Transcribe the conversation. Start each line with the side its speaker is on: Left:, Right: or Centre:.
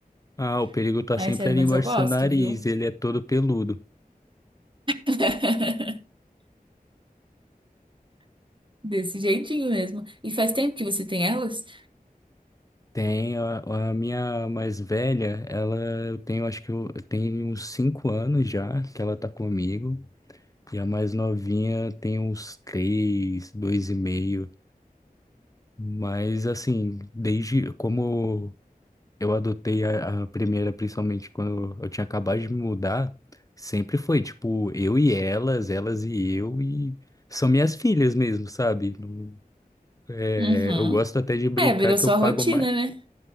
Left: Ah, o perigo
Right: <laughs>
Left: tá
Right: Ai,
Left: sempre
Right: sério,
Left: ali
Right: mas
Left: embaixo
Right: eu gosto,
Left: do seu nariz,
Right: viu?
Left: ele é todo peludo.
Right: <laughs> Desse jeitinho mesmo. E faz tempo que você tem elas?
Left: Tem a, a minha mais velha, ela eu tenho, acho que eu, eu tenho uns cinco anos já que ela tá comigo. E a mais novinha tem uns três, dois e meio. Mas assim, desde como eu adotei a, a primeira, principalmente quando eu tinha acabado de me mudar, sempre foi tipo eu e elas, elas e eu, e são minhas filhas mesmo, sabe? Não- é,
Right: Uhum.
Left: eu gosto até de brincar
Right: É, virou
Left: que
Right: sua
Left: eu pago,
Right: rotina,
Left: ma-
Right: né?